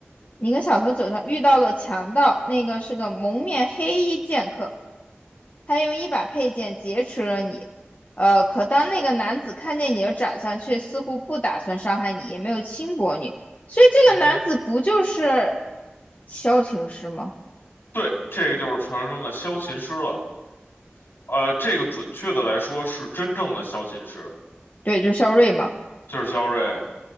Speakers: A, on the left (about 40°); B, on the left (about 70°).
A: 你跟小桃走上遇到了强盗，那个是个蒙面黑衣剑客，他用一把佩剑劫持了你。呃，可当那个男子看见你的长相，却似乎不打算伤害你，也没有轻薄你，所以这个男子不就是
B: 嗯哼，
A: 萧晴师吗？
B: 对，这个就是传说中的萧琴师了。呃，这个准确的来说是真正的萧琴师，
A: 对，就是萧睿嘛。
B: 就是萧睿，